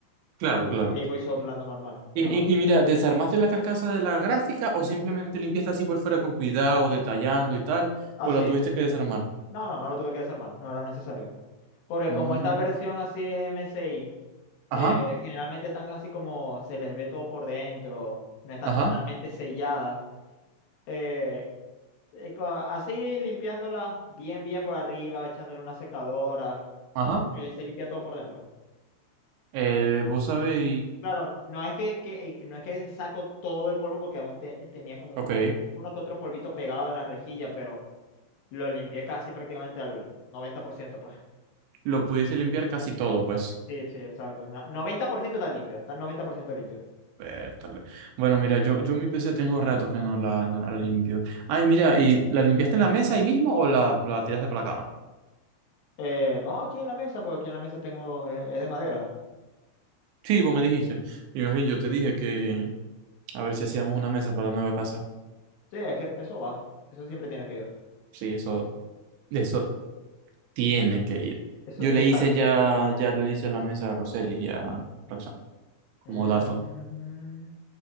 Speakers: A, on the right (about 80°); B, on the left (about 70°).
A: Claro,
B: y, y, ahí
A: claro.
B: voy y ahí voy soplando normal, relajado.
A: Y, y- y mira, ¿desarmaste la carcasa de la gráfica o simplemente limpiaste así por fuera con cuidado, detallando y tal?
B: Así.
A: ¿O la tuviste que desarmar?
B: No, no, no lo tuve que desarmar, no era necesario. Porque
A: Mm,
B: como esta versión así es MSI,
A: Ajá,
B: eh, generalmente están así como se les ve todo por dentro, no están
A: ajá,
B: totalmente selladas. eh, y co- así limpiándolas bien, bien por arriba, echándole una secadora,
A: ajá.
B: eh, se limpia todo por dentro.
A: Eh, vos sabéis,
B: Claro, no es que, que- no es que saco todo el polvo porque aún te- tenía como un-
A: ok,
B: uno que otro polvito pegado en la rejilla, pero lo limpié casi prácticamente al 90%, pues.
A: lo pudiste limpiar casi todo, pues.
B: Sí, sí, exacto. no- 90% está limpio, está 90% limpio.
A: Vértale. Bueno, mira, yo, yo mi PC tengo rato que no la, no la limpio. Ay, mira, ¿y la limpiaste en la mesa ahí mismo o la, la tiraste para la cama?
B: Eh, no, aquí en la mesa, porque aquí en la mesa tengo, eh, es, de madera.
A: Sí, vos me dijiste. Y más bien yo te dije que a ver si hacíamos una mesa para la nueva casa.
B: Sí, es que eso va, eso siempre tiene que ir.
A: Sí, eso eso. Tiene que ir.
B: Eso,
A: Yo
B: exacto.
A: le hice ya, ya lo hice a la mesa de Roseli y a Roxanne, como
B: Mm,
A: dato.